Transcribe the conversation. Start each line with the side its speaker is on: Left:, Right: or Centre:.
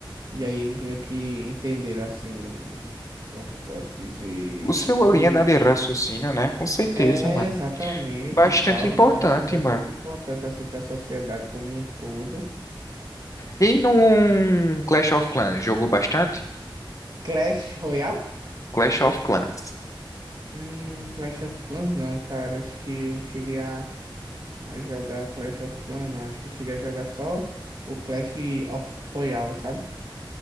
Right: E aí eles meio que entenderam assim, como é que eu posso dizer?
Left: o seu
Right: De...
Left: linha, né, de raciocínio, né? Com certeza,
Right: É,
Left: mano.
Right: exatamente
Left: Bastante
Right: e tal.
Left: importante,
Right: Eu acho bastante
Left: mano.
Right: importante assim para a sociedade como um todo.
Left: E num Clash of Clans, jogou bastante?
Right: Clash Royale?
Left: Clash of Clans.
Right: Hum, Clash of Clans não, cara. Acho que eu não cheguei a, a jogar Clash of Clans, não. Acho que eu cheguei a jogar só o Clash of Royale, sabe?